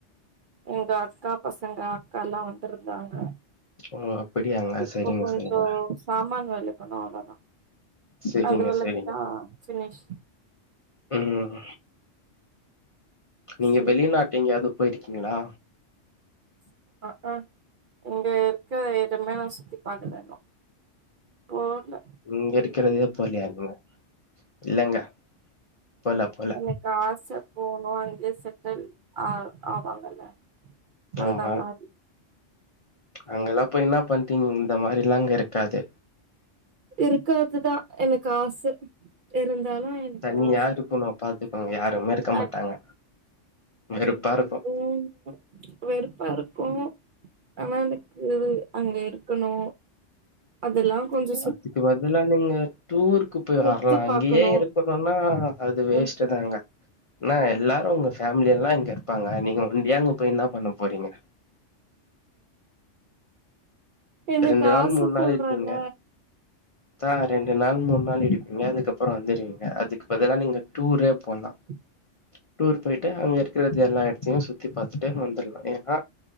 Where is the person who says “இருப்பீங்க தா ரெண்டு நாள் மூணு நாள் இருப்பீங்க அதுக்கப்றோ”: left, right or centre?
Left